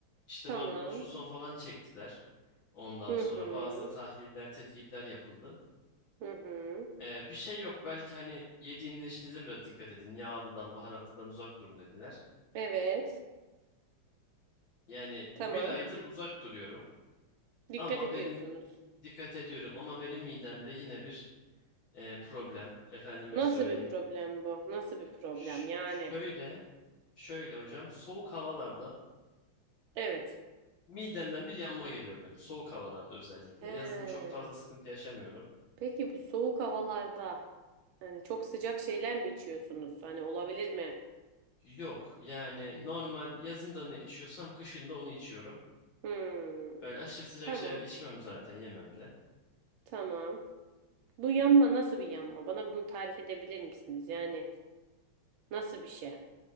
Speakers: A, on the left; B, on the right.
A: İşte
B: Tamam.
A: ben ultrason falan çektiler. Ondan
B: Hı
A: sonra
B: hı.
A: bazı tahliller, tetkikler yapıldı.
B: Hı hı.
A: Ee, bir şey yok. Belki hani yediğiniz içtiğinize biraz dikkat edin. Yağlıdan, baharatlıdan uzak durun dediler.
B: Evet.
A: Yani
B: Tamam.
A: bir aydır uzak duruyorum.
B: Dikkat
A: Ama
B: ediyorsunuz.
A: benim dikkat ediyorum. Ama benim midemde yine bir e, problem. Efendime
B: Nasıl
A: söyleyeyim.
B: bir problem bu? Nasıl bir problem
A: Ş-
B: yani?
A: şöyle, şöyle hocam. Soğuk havalarda
B: Evet.
A: midemden bir yanma geliyor benim. Soğuk havalarda özellikle.
B: He.
A: Yazın çok fazla sıkıntı yaşamıyorum.
B: Peki bu soğuk havalarda hani çok sıcak şeyler mi içiyorsunuz? Hani olabilir mi?
A: Yok yani normal yazında ne içiyorsam kışında onu içiyorum.
B: Hmm.
A: Öyle aşırı sıcak
B: Tamam.
A: şeyler de içmem zaten yemem de.
B: Tamam. Bu yanma nasıl bir yanma? Bana bunu tarif edebilir misiniz? Yani nasıl bir şey?